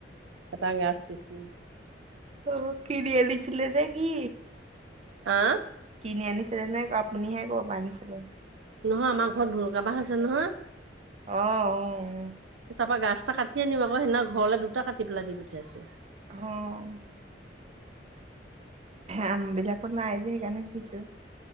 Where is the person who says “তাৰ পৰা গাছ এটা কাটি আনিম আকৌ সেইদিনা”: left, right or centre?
Right